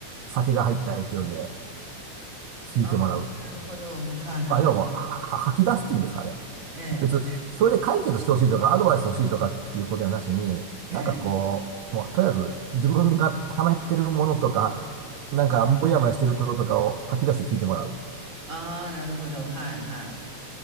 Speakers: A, on the right (about 65°); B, on the right (about 25°).
A: 酒が入った勢いで聞いてもらう。
B: ああ、なるほど。はいはい。
A: まあ、要は、は、は吐き出すっていうんですかね。
B: ええ、
A: 別、
B: ええ、
A: それで解決してほしいとか、アドバイス欲しいとかっていうことやなしに、
B: ええ
A: なんかこう、もうとりあえず自分が溜めてるものとか、なんかモヤモヤしてることとかを吐き出して聞いてもらう。
B: ああ、なるほど。はいはい。